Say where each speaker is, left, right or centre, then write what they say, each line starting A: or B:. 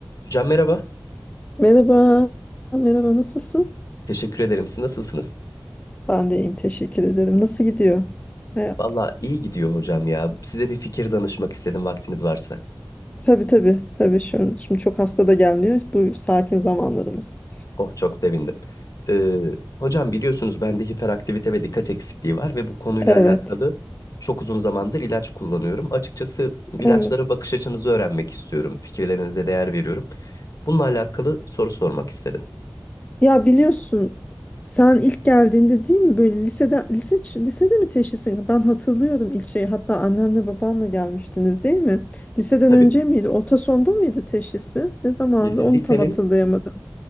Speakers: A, on the left (about 50°); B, on the left (about 20°).
A: Hocam merhaba.
B: Merhaba, merhaba nasılsın?
A: Teşekkür ederim. Siz nasılsınız?
B: Ben de iyiyim, teşekkür ederim. Nasıl gidiyor hayat?
A: Valla iyi gidiyor hocam ya. Size bir fikir danışmak istedim vaktiniz varsa.
B: Tabii tabii, tabii şu şimdi çok hasta da gelmiyor. Bu sakin zamanlarımız.
A: Oh çok sevindim. Ee, hocam biliyorsunuz bende hiperaktivite ve dikkat eksikliği var ve bu konuyla
B: Evet,
A: alakalı çok uzun zamandır ilaç kullanıyorum. Açıkçası bu ilaçlara
B: evet.
A: bakış açınızı öğrenmek istiyorum. Fikirlerinize değer veriyorum. Bununla alakalı soru sormak istedim.
B: Ya biliyorsun sen ilk geldiğinde değil mi böyle lisede lise lisede mi teşhisin? Ben hatırlıyorum ilk şeyi. Hatta annenle babanla gelmiştiniz değil mi? Liseden
A: Tabii.
B: önce miydi? Orta sonda mıydı teşhisi? Ne zamandı?
A: L- Lisenin
B: Onu tam hatırlayamadım.